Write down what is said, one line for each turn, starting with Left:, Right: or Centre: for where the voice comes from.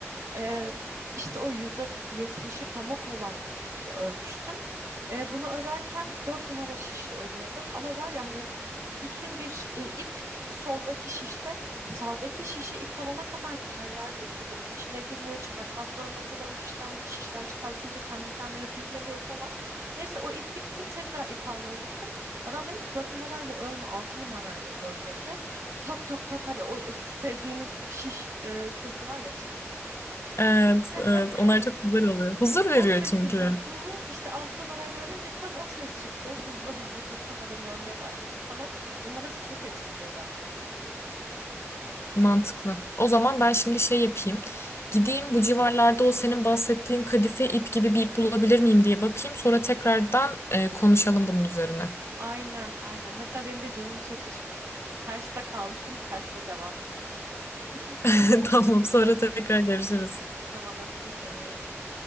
Right: Ee, işte o yüzde yetmişi pamuk olan bir iple örmüştüm. Ee, bunu örerken 4 numara şişle örüyordum. Ama var ya hani bütün bir e, ip soldaki şişte sağdaki şişe ip alana kadar terler döküyordum. İçine girmiyor çıkartmak zorunda kalıyorum. Şişten, şişten çıkartınca kendi kendine düğümleniyor falan. Neyse o ip bitti tekrar ip almaya gittim. Adam dedi ki 4 numarayla örme 6 numarayla ör dedi. Tok tok tok hani o sevdiğimiz şiş e, sesi var ya çıt
Left: Evet,
Right: <laughs>
Left: evet. Onlar çok güzel oluyor. Huzur veriyor
Right: O şekilde.
Left: çünkü.
Right: Hı hı. İşte 6 numarayla örünce tam o ses çıktı. Hızlı hızlı takılmadan örmeye başladım falan. Numarası çok etkiliyor bence.
Left: Mantıklı. O zaman ben şimdi şey yapayım. Gideyim
Right: Hı hı.
Left: bu civarlarda o senin bahsettiğin kadife ip gibi bir ip bulabilir miyim diye bakayım. Sonra tekrardan e, konuşalım bunun üzerine.
Right: Aynen, aynen. Hatta benim de canım çekti şimdi. Terste kalmıştım. Terste devam edeyim bakalım. <laughs>
Left: <laughs> Tamam, sonra tekrar görüşürüz.
Right: Tamam öptüm seni.